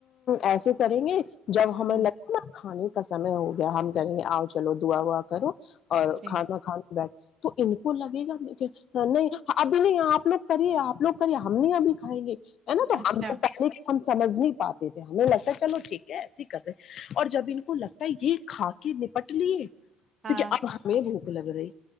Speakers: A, on the left (about 50°); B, on the right (about 30°).
A: ایسے کریں گے جب ہمیں
B: ہوں،
A: لگے نا کھانے کا سمے ہو گیا ہم کہیں گے آؤ چلو دعا ووا کرو اور
B: جی
A: کھانا کھانا بیٹھ تو ان کو لگے گا نہیں ابھی نہیں آپ لوگ کریے آپ لوگ کریے ہم نہیں ابھی کھائیں گے ہے نا تو
B: اچھا
A: ہم تو تع ہم سمجھ نہیں پاتے تھے ہمیں لگتا ہے چلو ٹھیک ہے ایس ہی کر رہے اور جب ان کو لگتا ہے یہ کھا کے نپٹ لیے
B: ہاں
A: کیکہ اب ہم لگ رہای